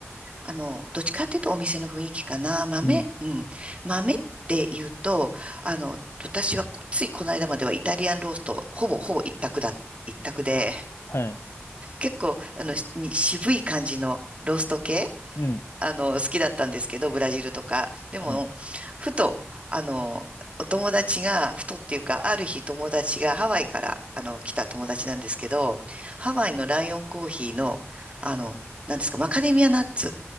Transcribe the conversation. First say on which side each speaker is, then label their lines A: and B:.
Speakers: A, on the right; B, on the left.
A: あの、どっちかっていうとお店の雰囲気かな。豆、
B: うん。
A: うん。豆って言うと、あの、私はついこの間まではイタリアンロースト、ほぼほぼ一択だ、一択で、<laughs>
B: はい。
A: 結構、あの、しに渋い感じのロースト系、
B: うん。
A: あの、好きだったんですけど、ブラジルとか。でも、
B: はい。
A: ふと、あの、お友達が、ふとっていうか、ある日友達がハワイから、あの、来た友達なんですけど、ハワイのライオンコーヒーの、あの、なんですか、マカデミアナッツ。